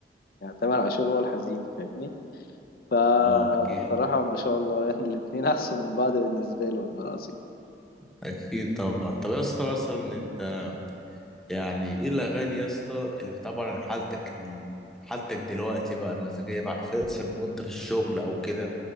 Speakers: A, on the left (about 55°); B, in the centre.
A: يعني تامر عاشور هو الحزين فاهمني فالصراحة
B: اه اكيد
A: ما شاء الله يعني الاتنين أحسن من بعض بالنسبة لي والله العظيم
B: اكيد طبعا طب يا اسطى مثلا انت يعني ايه الاغاني يا اسطى اللي بتعبر عن حالتك ال... حالتك دلوقتي بقى المزاجيه بقى في- مثلا وانت في الشغل او كده